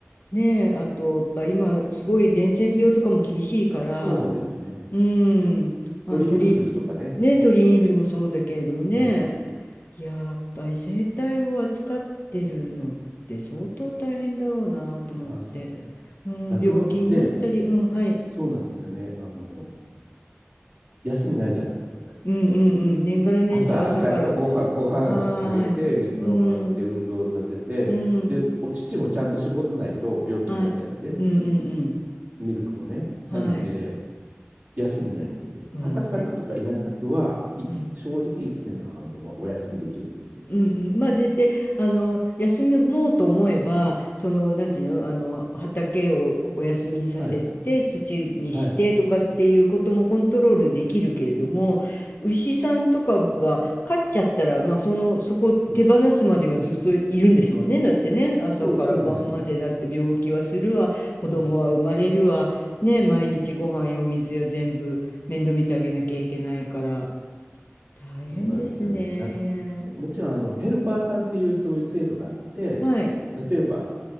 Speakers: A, on the left; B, on the right.
A: ねえ、あと、やっぱ今、すごい伝染病とかも厳しいから、
B: そうなんですね。
A: うーん、まあ、
B: 鳥インフルとかね。
A: 鳥、ね、鳥インフルもそうだけれどもね、
B: そうそうそ
A: やっぱり生態を扱ってるのって相当大変だろうなと思って、
B: う。いやー、そうなんですよ。
A: うん、
B: 酪農って、
A: 病気になったり、うん、はい、
B: そうなんですよね。あの、休みないじゃないですか。
A: うんうんうん、年がら年中朝から、
B: 朝、ちゃんとご飯、ご飯あげて、
A: はーい、
B: 水飲ませて、
A: うん、
B: 運動させて、
A: うん、
B: で、お乳もちゃんと絞らないと病気になっちゃうので、
A: はい、うんうん
B: ミルクもね。なので、
A: うん、はい、
B: 休みないんですよ。
A: うん、
B: 畑作とか稲作は、
A: て、
B: 一正直1年の半分はお休みできるんですよ。
A: うん。うんうん、まあで、で、あの休もうと思えばそのなんていうの、あの畑をお休みにさせて土にしてとかっていうこともコントロールできるけれども牛さんとかは飼っちゃったら、
B: はい、はい。
A: まあ、そのそこを手放すまではずっといるんですもんねだってね朝から晩までだって病気はするわ子供は生まれるわね毎日ご飯やお水や全部面倒見てあげなきゃいけないから
B: そう、そうなんですよ。そう
A: 大変ですね。
B: そうなんですよね。だかもちろん、あの、ヘルパーさんっていうそういう制度があって、
A: はい。
B: 例えば、